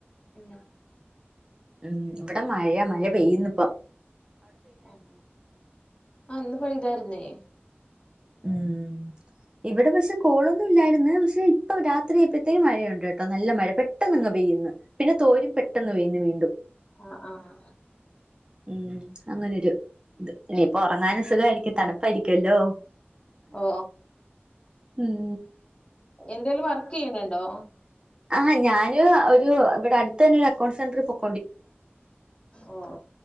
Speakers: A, on the left; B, on the right.
A: ഉം
B: ഉം ഇവിടെ മഴയാ, മഴ പെയ്യുന്നു ഇപ്പം
A: ആം ആ ഇന്ന് പെയ്തായിരുന്നേ
B: ഉം ഇവിടെ പക്ഷെ കോളൊന്നും ഇല്ലായിരിന്ന് പക്ഷെ ഇപ്പൊ രാത്രിയ്പഴത്തേക്കും മഴയുണ്ട്ട്ടോ നല്ല മഴ പെട്ടെ പെട്ടെന്ന്ങ് പെയ്യന്ന് പിന്നെ തോരും പെട്ടെന്ന് പെയ്യന്ന് വീണ്ടും
A: ആഹ് ആഹ്
B: ഉം അങ്ങനൊരു ഇത്. ഇനിപ്പൊ ഉറങ്ങാനും സുഖമായിരിക്കും. തണുപ്പായിരിക്കല്ലോ.
A: ഓ
B: ഉം
A: എന്തേലും വർക്ക് ചെയ്യണണ്ടോ?
B: ആ, ഞാന് ഒരു ഇവിടെ അടുത്ത തന്നെ ഒരു അക്കൗണ്ട് സെന്ററിൽ പൊക്കോ
A: ഓ